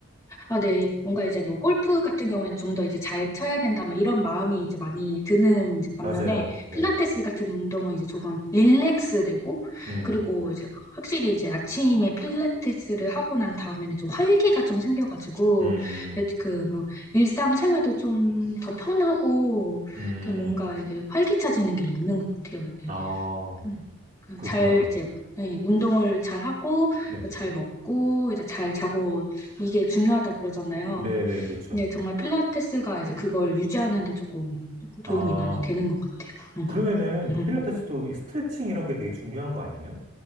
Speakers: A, on the left; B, on the right.
A: 아, 네. 뭔가 이제 뭐 골프 같은 경우에는 좀 더 이제 잘 쳐야 된다, 막 이런 마음이 이제 많이 드는 이제 반면에
B: 맞아요. 네.
A: 필라테스 같은 운동은 이제 조금 릴렉스 되고
B: 음.
A: 그리고 이제 확실히 이제 아침에 필라테스를 하고 난 다음에는 좀 활기가 좀 생겨가지고
B: 음,
A: 그 뭐 일상생활도 좀 더 편하고
B: 음,
A: 이렇게 뭔가 이게 활기차지는 게 있는 것 같아요.
B: 아,
A: 네. 그잘
B: 그렇구나.
A: 이제 예, 운동을 잘 하고
B: 네,
A: 뭐잘 먹고 이제 잘 자고 이게 중요하다 그러잖아요.
B: 네, 네, 그렇죠.
A: 네, 정말 필라테스가 이제 그걸 유지하는 데 조금 도움이
B: 아,
A: 많이 되는 것 같아요.
B: 그러면은 그
A: 음.
B: 필라테스도 이 스트레칭 이런 게 되게 중요한 거 아니에요?